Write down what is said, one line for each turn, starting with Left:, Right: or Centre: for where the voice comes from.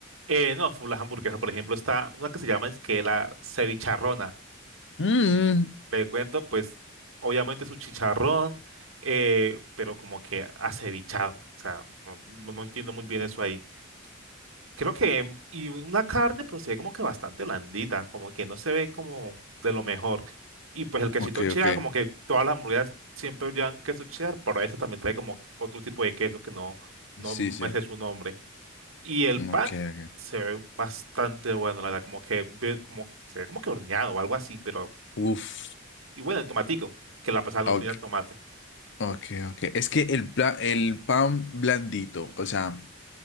Right: Eh, no, full las hamburguesas. Por ejemplo, está una que se llama es que la cevicharrona
Left: Mm,
Right: Le cuento, pues, obviamente su chicharrón, eh, pero como que acevichado. O sea, no, no- no entiendo muy bien eso ahí. Creo que, em, y una carne, pero se ve como que bastante blandita, como que no se ve como de lo mejor. Y pues el quesito
Left: ok,
Right: cheddar,
Left: ok.
Right: como que todas las hamburguesas siempre llevan queso cheddar, pero eso también trae como otro tipo de queso que no, no
Left: Sí,
Right: me
Left: sí.
Right: sé su nombre. Y el
Left: Ok,
Right: pan
Left: ok.
Right: se ve bastante bueno, la verdad, como que, ve- como, que se ve como que horneado o algo así, pero
Left: Uf.
Right: y bueno, el tomatico, que la pasada no
Left: Ok,
Right: tenía el tomate.
Left: ok, ok. Es que el, pla- el pan blandito, o sea,